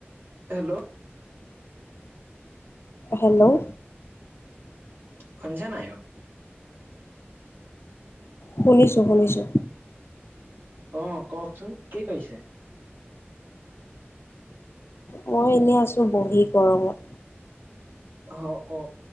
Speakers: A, on the right; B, on the left.
A: হেল্ল'
B: হেল্ল'
A: শুনিছা বাও?
B: শুনিছো শুনিছো।
A: অহ কওক চোন কি কৈছে?
B: মই এনেই আছোঁ বহী গৰমত।
A: অ অ